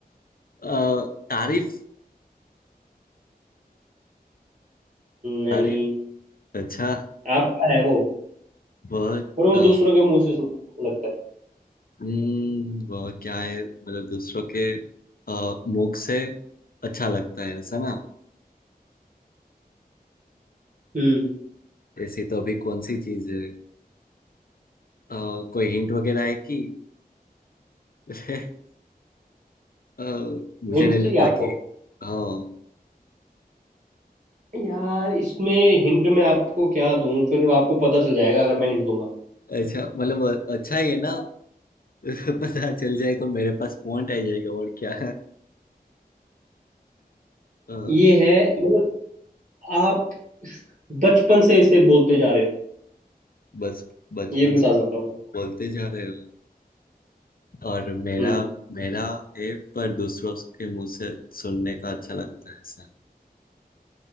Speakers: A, on the left (about 65°); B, on the right (about 50°).
A: अ, तारीफ
B: नहीं
A: तारीफ अच्छा
B: आपका है वो
A: वह
B: पर वो
A: अ,
B: दूसरों के मुंह से सुंदर लगता है
A: हम्म, वह क्या है मतलब दूसरों के अ, मुख से अच्छा लगता है ऐसा ना
B: हम्म
A: ऐसी तो अभी कौन सी चीज है अ, कोई हिंट वगैरह है कि <laughs> अ, मुझे
B: हिंट
A: नहीं लगता
B: चाहिए आपको
A: कि हाँ
B: यार इसमें हिंट मैं आपको क्या दूं फिर आपको पता चल जाएगा अगर मैं हिंट दूंगा
A: अच्छा मतलब अच्छा ही है ना <laughs> पता चल जाए तो मेरे पास पॉइंट आ जाएगा और क्या अ,
B: ये है मतलब आप बचपन से इसे बोलते जा रहे हो
A: बस बचपन
B: ये भी बता
A: से
B: सकता हूँ मैं
A: बोलते जा रहे हो और मेरा
B: हम्म
A: मेरा है पर दूसरों के मुंह से सुनने का अच्छा लगता है ऐसा